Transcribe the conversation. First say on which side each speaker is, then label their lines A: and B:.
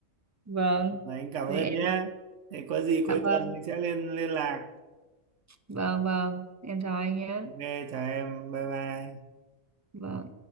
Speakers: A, on the right; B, on the right.
A: Vâng.
B: Mà anh cảm ơn
A: Thế em
B: nhé Thế có gì cuối
A: dạ vâng,
B: tuần mình sẽ lên liên lạc
A: vâng vâng, em chào anh nhé.
B: Ok, chào em, bye bye.
A: Vâng.